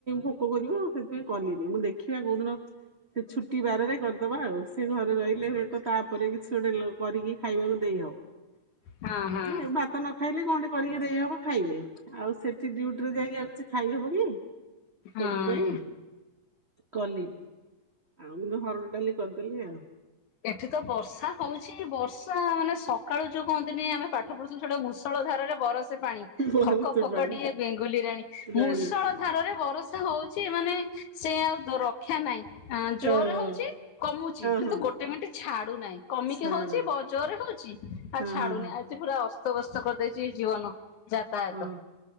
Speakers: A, on the right; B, on the left.
A: ଭୋକ କରିବଉ ସେଥିପାଇଁ କଲିନି ମୁଁ ଦେଖିବା କୋଉଦିନ ସେ ଛୁଟି ବାରରେ କରିଦବା ଆଉ ସେ ଘରେ ରହିଲେ। ତ ତାପରେ କିଛି ଗୋଟେ କରିକି ଖାଇବାକୁ ଦେଇହବ
B: ହଁ ହଁ
A: ତ ନ ଖାଇଲେ କଣଟେ କରିକି ଦେଇହବ ଖାଇବେ, ଆଉ ସେଠି ଡିଉଟିରେ ଯାଇକି ଆଉ କିଛି ଖାଇହବ କି? ସେଇଥି
B: ହଁ।
A: ପାଇଁ। କଲି ଆଉ ମୁଁ ହରଡ଼ ଡାଲି କରିଦେଲି ଆଉ।
B: ଏଠି ତ ବର୍ଷା ହଉଛି ବର୍ଷା ମାନେ ସକାଳୁ ଯୋଉ କହନ୍ତିନି ଆମେ ପାଠ ପଢୁ ଛୋଟ ଛୋଟ ଯୋଉ ମୂଷଳ ଧାରରେ ବରସେ ପାଣି।
A: ବହର
B: ଫକ
A: ସୁପାରି
B: ଫକ ଡିଏଁ ବେଙ୍ଗୁଲି ରାଣୀ,
A: ରାଣୀ।
B: ମୂଷଳ ଧାରରେ ବର୍ଷା ହଉଛି ମାନେ ସେ ଆଉ ରକ୍ଷା ନାହିଁ
A: ଓହୋ
B: ଜୋର ହଉଛି କମୁଛି
A: ହଁ
B: କିନ୍ତୁ
A: ହଁ
B: ଗୋଟ ଟେ ମିଣ୍ଟ୍ ଛାଡୁନାହିଁ କମିକି
A: ସାଡୁ
B: ହଉଛି ବ ଜୋରରେ ହଉଛି ଆଉ
A: ହଁ
B: ଛାଡୁନି।
A: ହଁ ହଁ
B: ଆଜି ପୁରା ଅସ୍ତବସ୍ତ କରିଦେଇଛି ଜୀବନ ଯାତାୟାତ।
A: ହଁ